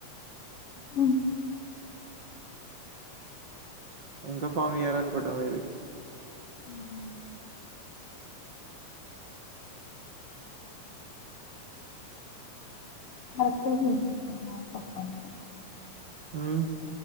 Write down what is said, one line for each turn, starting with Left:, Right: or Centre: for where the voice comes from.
Left: హ్మ్
Right: ఇంకొ ఫామ్ ఇయ్యరు అనుకుంటాం మేబీ
Left: ఉహు కట్టు హిం నాది తప్పు అన్నది
Right: హ్మ్